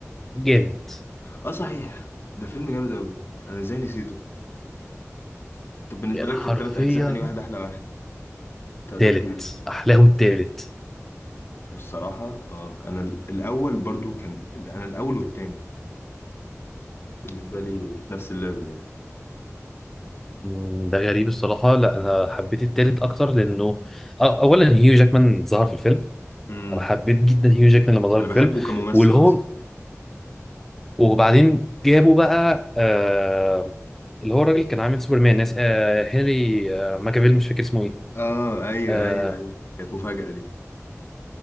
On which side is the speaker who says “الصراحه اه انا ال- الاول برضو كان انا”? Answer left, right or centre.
Left